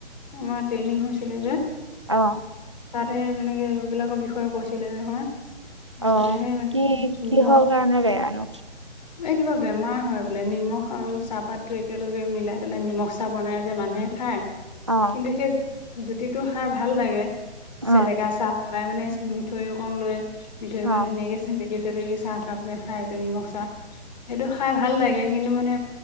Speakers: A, on the left; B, on the right.
A: আমাৰ ট্ৰেইনিং হৈছিলে যে,
B: অ',
A: ততে সেই মনে কি এইবিলাকৰ বিষয়ে কৈছিলে যে নহয়। আছিলিল
B: অ',
A: আহে মান
B: কি কিহৰ কাৰণে বেয়ানো?
A: <inaudible> এই কিবা বেমাৰ হয় বোলে নিমখ আৰু চাহপাতো একেলগে মিলাই পেলাই নিমখ চাহ বনাই যে মানুহে খায়।
B: অ',
A: কিন্তু সেই জুতিটো খাই ভাল লাগে,
B: অ',
A: চেলেকা চাহ বনাই মানে মিঠৈ অকন লৈ, মিঠৈ
B: অ',
A: অকন ধুনীয়াকে চ চাহ কাপ যে খাই যে নিমখ চাহ, সেইটো খাই ভাল লাগে কিন্তু মানে